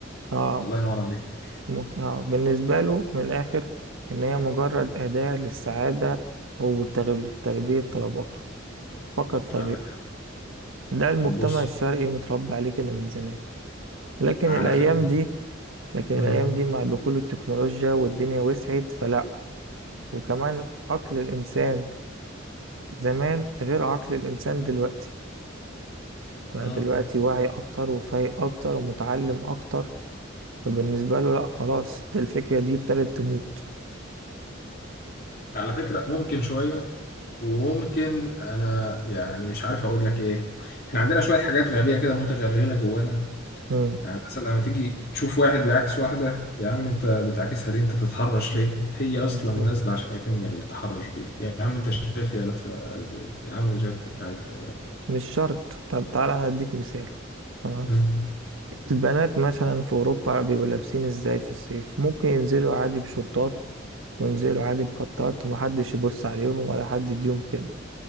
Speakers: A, on the right (about 80°); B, on the left (about 50°).
A: اه
B: الله ينور عليك
A: ممكن اه بالنسبة له من الآخر إن هي مجرد أداة للسعادة وتلبية طلباته فقط لا
B: عندك
A: غير ده المجتمع
B: طب بص
A: الشرقي متربي عليه كده من زمان لكن
B: على
A: الأيام
B: فكره
A: دي لكن
B: امم
A: الأيام دي مع دخول التكنولوجيا والدنيا وسعت فلأ وكمان عقل الإنسان زمان غير عقل الإنسان دلوقتي بقى
B: امم
A: دلوقتي واعي أكتر وفايق أكتر ومتعلم أكتر فبالنسبة له لأ خلاص ده الفكرة دي ابتدت تموت
B: على فكره ممكن شويه وممكن انا يعني مش عارف اقول لك ايه احنا عندنا شويه حاجات غبيه كده متغلغله جوانا
A: مم.
B: يعني مثلا لما تيجي تشوف واحد بيعكس واحده يا عم انت بتعكسها ليه انت بتتحرش ليه هي
A: بالظبط.
B: اصلا نازله عشان يتم التحرش بيه يا عم انت شايف هي لابسه ازاي يا عم انت شايف مش عارف
A: مش شرط طب تعالى أنا أديك مثال تمام
B: مم.
A: البنات مثلا في أوروبا بيبقوا لابسين إزاي في الصيف ممكن ينزلوا عادي بشورتات وينزلوا عادي بقطات ومحدش يبص عليهم ولا حد يديهم كلمة